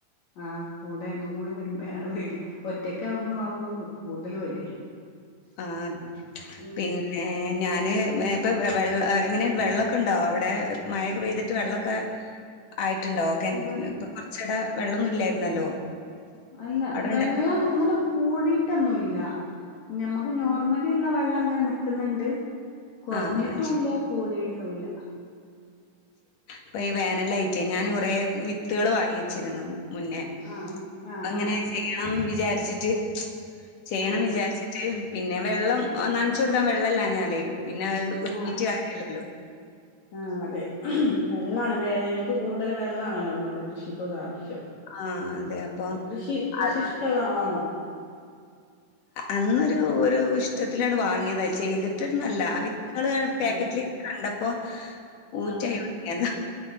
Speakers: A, on the left; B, on the left.
A: ആഹ് കൂടെ രണ്ടും കൂടി വരുമ്പോഴാണ് പേടി ഒറ്റക്ക ആകുമ്പോ ആകുമ്പോന്ന് കൂടുതൽ പേടിയാ
B: ആതെ
A: ഉം.
B: പിന്നെ ന്നേ ഞാന് വേപ്പ വെള്ള എങ്ങനെ വെള്ളക്കെ ഉണ്ടോ അവിടെ മഴൊക്കെ പെയ്തിട്ട് വെള്ളക്കെ
A: <inaudible>
B: ആയിട്ടുണ്ടോ ഓക്കെ
A: വ-
B: ഇപ്പൊ കുറചൊരം വെള്ളന്നും ഇല്ലായിരുന്നല്ലോ
A: എന്ന
B: അവിടെ
A: വെള്ളം
B: ഇണ്ട
A: ങ്ങട്ട് കൂടിയിട്ടൊന്നുല്ല നമ്മുക്ക് നോർമലി ഉള്ള വെള്ളം ങ്ങനെ നക്കുന്നുണ്ട്. കൊർഞ്ഞിട്ടൂല്യ
B: ആഹ്
A: കൂടിയിട്ടൂല്ല.
B: പ്പൊ ഈ വേനലായിറ്റ് ഞാൻ കൊറേ വിത്തള് വാങ്ങിച്ചിരുന്നു മുന്നേ
A: ആഹ് ആഹ്
B: അപ്പങ്ങനെ
A: ആഹ്
B: ചെയ്യണം വിചാരിച്ചിട്ട് ചെയ്യണം
A: ആഹ് അതെ
B: വിചാരിച്ചിട്ട്. ട്ട് പിന്നെ വെള്ളം നനച്ച് കൊടുക്കാൻ വെള്ളല്ല ഞാലേ പിന്നെ ഒരുങിറ്റ്
A: ആഹ്
B: കാര്യല്ലല്ലോ
A: ആഹ് അതെ വെള്ളാണ് വേനൽക്ക് കൂടുതൽ വെള്ളാണല്ലോ നമ്മക്ക് കൃഷിക്കൊക്കെ ആവശ്യം.
B: ആഹ് അതെ അപ്പൊ
A: കൃഷി കൃഷി
B: അത്
A: ഇഷ്ടള്ള ആളാണോ?
B: അന്നൊരു ഒരു ഇഷ്ടത്തിലാണ് വാങ്ങിയത് ചെയ്തിട്ടന്നല്ല വിത്തുകൾ പാക്കറ്റില്
A: അതെ
B: കണ്ടപ്പോ ഊറ്റായി
A: ആഹ്
B: വങ്ങിയതാ.